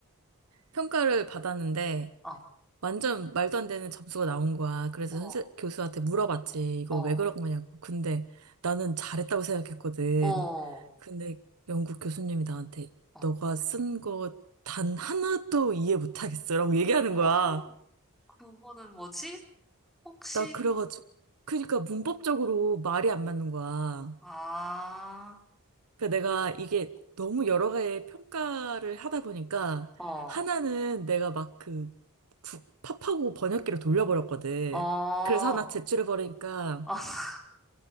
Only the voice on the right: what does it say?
평가를 받았는데
완전 말도 안 되는 점수가 나온 거야. 그래서
선생 교수한테 물어봤지. 이거
왜 그런 거냐고. 근데 나는 잘했다고 생각했거든.
근데 영국 교수님이 나한테
너가 쓴 거 단 하나도 이해 못하겠어라고 얘기하는 거야.
나 그래가지고 그러니까 문법적으로 말이
안 맞는 거야.
그러니까 내가 이게 너무 여러 가지 평가를 하다 보니까
하나는 내가 막 그 팝하고 번역기를 돌려버렸거든.
그래서 하나 제출해버리니까